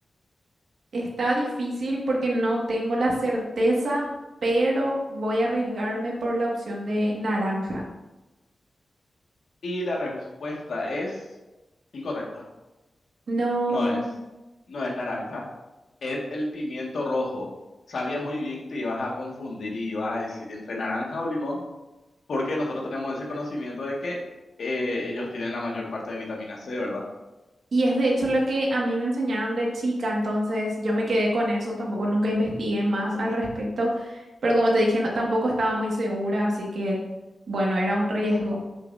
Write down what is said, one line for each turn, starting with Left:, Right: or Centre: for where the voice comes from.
Right: Está difícil porque no tengo la certeza, pero voy a arriesgarme por la opción de naranja.
Left: Y la respuesta es incorrecta.
Right: No.
Left: No es, no es naranja, es el pimiento rojo. Sabía muy bien que te ibas a confundir y ibas a decir entre naranja o limón, porque nosotros tenemos ese conocimiento de que eh, ellos tienen la mayor parte de vitamina C, ¿verdad?
Right: Y es de hecho lo que a mí me enseñaron de chica, entonces yo me quedé con eso, tampoco nunca investigué más al respecto, pero como te dije, no- tampoco estaba muy segura, así que bueno, era un riesgo.